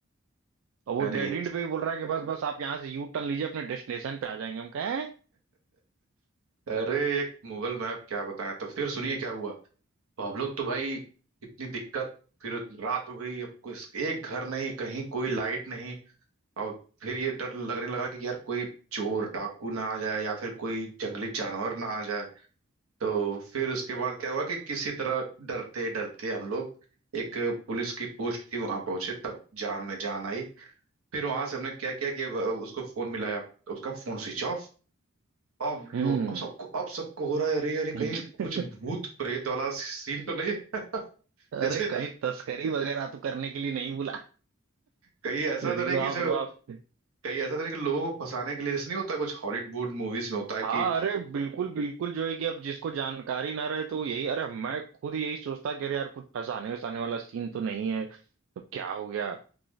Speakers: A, on the right; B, on the right.
A: और वो
B: अरे
A: डेड एंड
B: तो-
A: पे भी बोल रहा है कि बस बस आप यहाँ से यू टर्न लीजिए अपने डेस्टिनेशन पे आ जाएंगे हम कहें
B: अरे एक मुगल मैप क्या बताया तो फिर सुनिए क्या हुआ तो हम लोग तो भाई इतनी दिक्कत फिर रात हो गई अब कुछ एक घर नहीं कहीं कोई लाइट नहीं और फिर ये डर लगने लगा कि यार कोई चोर डाकू ना आ जाए या फिर कोई जंगली जानवर ना आ जाए तो फिर उसके बाद क्या हुआ कि किसी तरह डरते डरते हम लोग एक पुलिस की पोस्ट थी वहां पहुंचे तब जान में जान आई फिर वहां से हमने क्या किया कि अब उसको फोन मिलाया तो उसका फोन स्विच ऑफ अब
A: हम्म
B: यो अब सबको अब सबको हो रहा है अरे यार ये
A: <laughs>
B: कहीं कुछ भूत प्रेत वाला सीन तो नहीं है <laughs>
A: अरे
B: जैसे
A: कहीं तस्करी <laughs> वगैरह तो करने के लिए नहीं बुला
B: कहीं ऐसा
A: अरे
B: तो नहीं
A: बाप
B: कि जो
A: रे बाप
B: कहीं ऐसा तो नहीं कि लोगों को फंसाने के लिए जैसे नहीं होता कुछ हॉलीवुड मूवीज में होता है
A: हाँ
B: कि
A: अरे बिल्कुल बिल्कुल जो है कि अब जिसको जानकारी ना रहे तो यही अरे मैं खुद यही सोचता कि अरे यार कुछ फंसाने वसाने वाला सीन तो नहीं है तो क्या हो गया